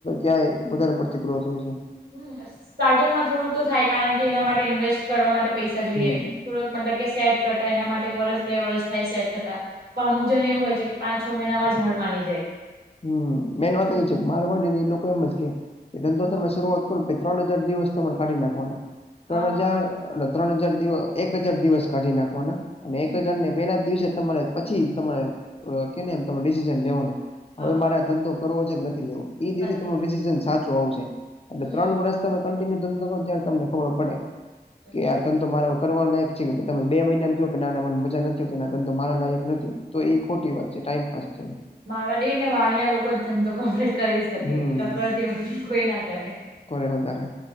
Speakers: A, on the left; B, on the right.
A: ક્યાં વધારે પડતી ગ્રોથ હોય છે.
B: હમ સ્ટાર્ટિંગમાં થોડુંક તો થાય કારણ કે એના માટે ઇન્વેસ્ટ કરવા માટે પૈસા જોઈએ.
A: હમ
B: થોરક મતલબ કે સેટ કરતા એના માટે વરસ બે વરસ થાય સેટ થતા. તો અમુક જન એવું હોય છે કે પાંચ છ મહિનામા જ હાડ માની જાય
A: હમ મેન
B: એટલે
A: વાત એ છે માલવડી ની એ લોકો એમ જ કે કે ધંધો
B: હા
A: તમે શરૂઆત‌ ત્રણ હજાર દિવસ તમારે કાઢી નાખવાના
B: હા
A: ત્રણ
B: હા
A: હજાર એટ ત્રણ હજાર દિવ એક હજાર દિવસ કાઢી નાખવાના અને
B: હમ
A: એક હજાર
B: હમ
A: ને પેલા દિવસે તમારે પછી તમારે કેમ ડિસિઝન લેવાનું
B: હા
A: હવે
B: હા
A: મારે ધંધો કરો કે નથી લેવ એ દિવસે
B: સાચી
A: તમા
B: વાત
A: ડિસિઝન સાચું આવશે એટલે
B: હમ
A: ત્રણ વર્ષ તમે કિન્યુ ધંધો કરો ત્યારે તમને ખબર પડે
B: સાચી
A: કે
B: વાત
A: આ ધંધો મારા વખ કરવા લાયક છે કે તમે બે મહિના જો નાના મને મજા નથી આવતી તંધ તો મારા લાયક નથી. તો એ ખોટી વાત છે ટાઈમપાસ છે.
B: મારવાડી ને વાણિયા લોકો જ ધંધો કર કરી શકે
A: હમ
B: એ લોકો જેવું કોઈ ના કરે.
A: કરે વધારે